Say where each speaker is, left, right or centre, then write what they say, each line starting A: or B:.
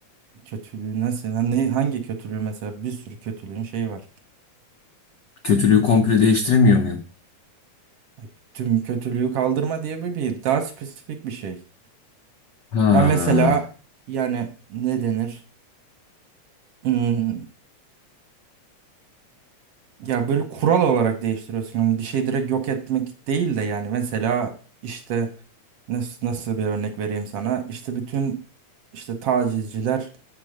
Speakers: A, on the right; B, on the left.
A: Kötülüğü nasıl? Ha, ne, hangi kötülüğü mesela? Bir sürü kötülüğün şeyi var.
B: Kötülüğü komple değiştiremiyor muyum?
A: Ya Tüm kötülüğü kaldırma diye bir, bir daha spesifik bir şey.
B: Ha,
A: Ya mesela yani ne denir? Hmm, Ya böyle kural olarak değiştiriyorsun. Hani bir şey direkt yok etmek değil de yani mesela işte nasıl, nasıl bir örnek vereyim sana? İşte bütün işte tacizciler